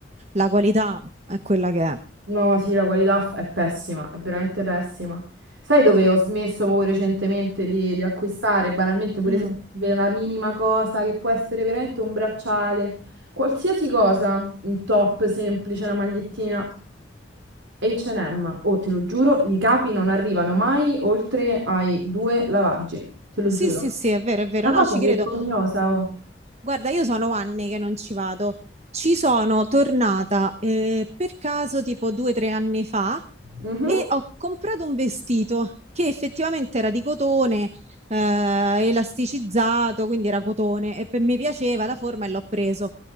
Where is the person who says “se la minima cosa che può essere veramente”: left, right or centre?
Right